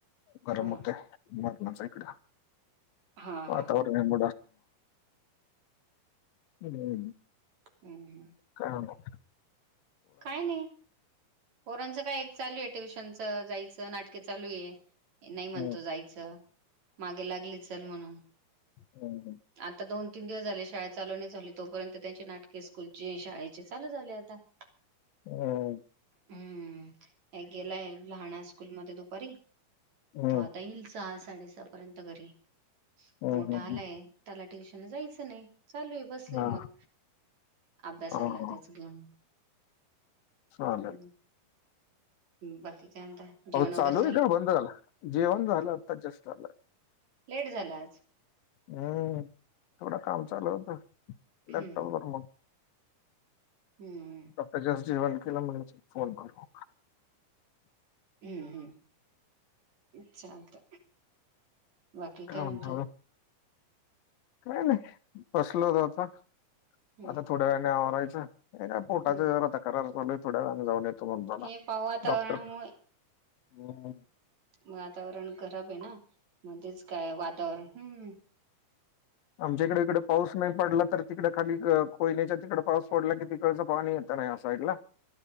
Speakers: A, on the left (about 80°); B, on the right (about 50°).
A: गरम
B: हा
A: होतय <unintelligible> इकडे
B: हा हा
A: वातावरण ह
B: हम् हम्.
A: काय झालं?
B: काय नाही, पोरांचं काय चालू आहे ट्युशनच जायचं नाट चालू आहे नाही म्हणतो
A: हम्म
B: जायचं, मागे लागले चल म्हणून
A: हम्म.
B: आता दोन तीन दिवस झाले शाळा चालू नाही झाली, तोपर्यंत त्यांची नाटके स्कूलची शाळेची चालू झाल्यात <unintelligible>
A: हम्म
B: हम्म, एक गेलाय लहाणा स्कूल मध्ये दुपारी
A: हम्म
B: तो आता येईल सहा साडेसहापर्यंत घरी,
A: हम्म
B: मोठा
A: हम्म
B: आलाय
A: हम्म
B: ट्युशन जायचं नाही, चालूये आहे, बसलाय
A: हा
B: मग अभ्यासाला
A: हा हा
B: त्याच घेऊन
A: चालेल
B: हम्म् बाकी काय म्हणता
A: पाऊस
B: जेवण वगैरे
A: चालू आहे का बंद झालं जेवण झालं आत्ता जस्ट झालंय
B: लेट झाला आज
A: हम्म थोडं काम चालू होतं लॅपटॉप
B: हम्म
A: वर मग
B: हम्म हम्
A: आता जस्ट जेवण केलं म्हण फोन करू
B: हम्म हम्म चालत बाकी काय
A: म्हणता
B: म्हणतात
A: मग? काय नाही बसलो होत होता
B: हम्म
A: आता थोड्या वेळाने आवारायचं का पोटाचा
B: हम्म
A: जरा तक्रार चालू थोड्या जण जाऊन येतो म्हणताो ना
B: हे पाव वातावरणामुळे
A: डॉक्टर हम
B: वातावरण खराब आहे ना मध्येच काय वातावरण ह
A: आमच्याकडे इकडे पाऊस नाही पडला तर तिकड खाली कोयणीच्या तिकडे पाऊस पडला की तिकडचं पाणी येत नाही असईडला